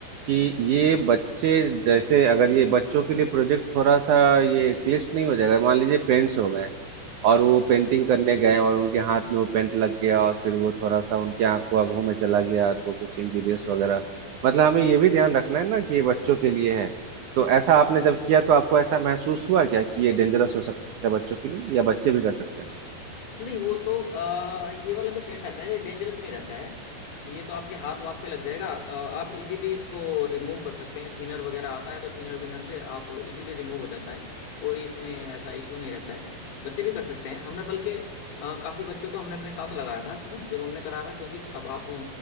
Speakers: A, on the right; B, on the left.
A: कि ये बच्चे जैसे अगर ये बच्चों के लिए प्रोजेक्ट थोड़ा सा ये क्लिष्ट नहीं हो जाएगा मान लीजिए पेरेंट्स हो गए और वो पेंटिंग
B: हम्म,
A: करने गए और उनके हाथ में वो पेंट लग गया और फिर वो थोड़ा सा उनके आंखों आंखों में चला गया तो कुछ इंजीरियस वगैरह मतलब हमें ये भी ध्यान रखना है ना कि ये बच्चों के लिए है तो ऐसा आपने जब किया तो आपको ऐसा महसूस हुआ क्या कि ये डेंजरस हो सकता है बच्चों के लिए या बच्चे भी कर सकते हैं
B: नहीं वो तो आ, ये वाला जो पेंट आता है ये डेंजरस नहीं रहता है ये तो आपके हाथ वाथ पे लग जाएगा अ, आप इजीली इसको रिमूव कर सकते हैं थिनर वगैरह आता है तो थिनर विनर से आप इजीली रिमूव हो जाता है कोई इसमें ऐसा इशू नहीं रहता है बच्चे भी कर सकते हैं हमने बल्कि अ, काफी बच्चों को हमने अपने साथ लगाया था उसमें जब हमने कराया था क्योंकि अब आप